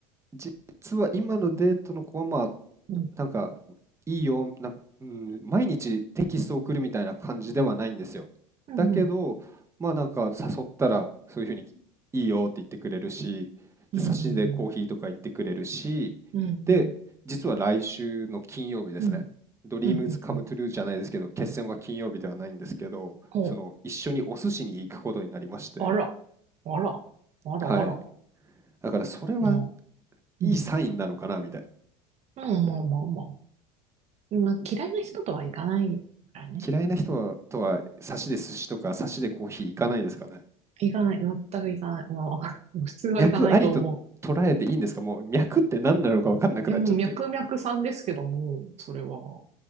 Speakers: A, on the right; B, on the right.
A: 実は今のデートの子は、まあ、
B: うん。
A: ななんか、いいよ、なんか、うん、毎日テキストを送るみたいな感じではないんですよ。
B: うん、
A: だけど、
B: うん。
A: まあなんか誘ったら、そういうふうにいいよって言ってくれるし、
B: うん、
A: で、差しでコーヒーとか言ってくれるし、
B: うん、うん、うん、
A: で、実は来週の金曜日ですね。
B: うん、
A: ドリームズカムトゥルーじゃないですけど、
B: うん、うんうん。
A: 決戦は金曜日ではないんですけど、
B: お、
A: その一緒にお寿司に行くことになりまして、
B: あら、あら、あら、
A: はい。
B: あら。
A: だからそれは
B: まあ、
A: いいサインなのかなみたいな。
B: うん。うん、まあまあまあ。まあ、嫌いな人とはいかないからね。
A: 嫌いな人はとは、サしで寿司とか、サしでコーヒー行かないですかね。
B: 行かない、全く行かない。まあ、<laughs> もう普通は行かないと思う。
A: 脈ありと捉えていいんですかもう脈って何なのか分かんなくなっちゃって。
B: でも、脈々さんですけども、それは。